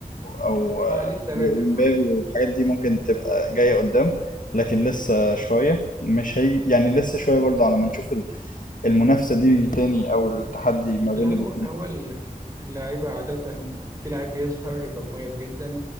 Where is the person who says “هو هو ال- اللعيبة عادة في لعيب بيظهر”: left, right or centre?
Right